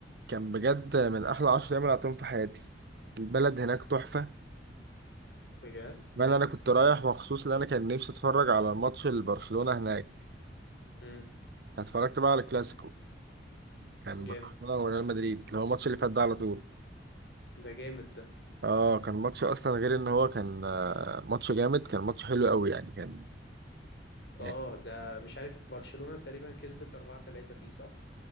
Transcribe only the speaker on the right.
كان بجد من احلى 10 ايام اللي قعدتهم في حياتي البلد هناك تحفه
بل انا كنت رايح مخصوص لان انا كان نفسي اتفرج على ماتش البرشلونه هناك
اتفرجت بقى على الكلاسيكو كان
برشلونه وريال مدريد اللي هو الماتش اللي فات ده على طول
اه كان ماتش اصلا غير ان هو كان آه، ماتش جامد كان ماتش حلو قوي يعني كان
يعني